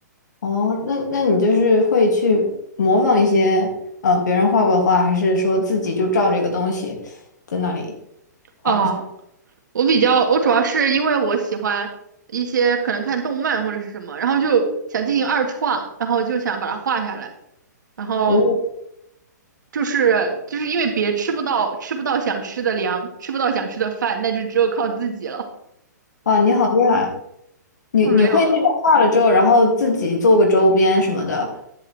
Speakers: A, on the left; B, on the right.
A: 哦，那那你就是会去模仿一些呃别人画过的画，还是说自己就照这个东西在那里画？
B: 哦，我比较，我主要是因为我喜欢一些可能看动漫或者是什么，然后就想进行二创，然后就想把它画下来，然后
A: 哦，
B: 就是就是因为别吃不到吃不到想吃的粮，吃不到想吃的饭，那就只有靠自己了。
A: 哇，你好厉害！你你会那个画了之后，
B: 我没有。
A: 然后自己做个周边什么的，